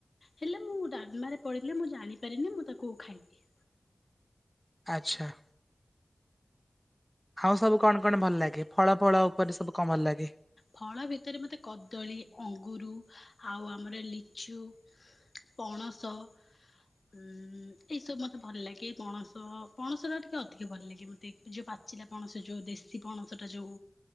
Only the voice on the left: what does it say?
ହେଲେ ମୁଁ ଡ଼ାଲମାରେ ପଡ଼ିଲେ ମୁଁ ଜାଣିପାରେନି ମୁତାକୁ ଖାଇଦିଏ।
ଫଳ ଭିତରେ ମତେ କଦଳୀ ଅଙ୍ଗୁର ଆଉ ଆମର ଲିଚୁ ପଣସ ଉଁ ଏଇସବୁ ମତେ ଭଲ ଲାଗେ ପଣସ ପଣସଟା ଟିକେ ଅଧିକ ଭଲ ଲାଗେ ମ ଯୋଉ ପାଚିଲା ପଣସ ଯୋଉ ଦେଶୀ ପଣସଟା ଯୋଉ